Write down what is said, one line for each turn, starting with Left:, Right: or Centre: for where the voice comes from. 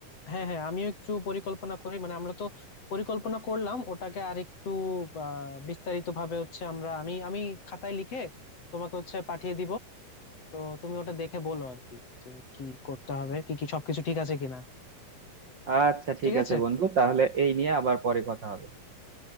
Left: হ্যাঁ হ্যাঁ আমিও একটু পরিকল্পনা করি মানে আমরা তো পরিকল্পনা করলাম ওটাকে আর একটু বিস্তারিত ভাবে হচ্ছে আমরা আমি আমি খাতায় লিখে তোমাকে হচ্ছে পাঠিয়ে দিব তো তুমি ওটা দেখে বলো আর কি যে কি করতে হবে কি কি সবকিছু ঠিক আছে কিনা
Right: আচ্ছা ঠিক
Left: ঠিক আছে
Right: আছে বন্ধু তাহলে এই নিয়ে আবার পরে কথা হবে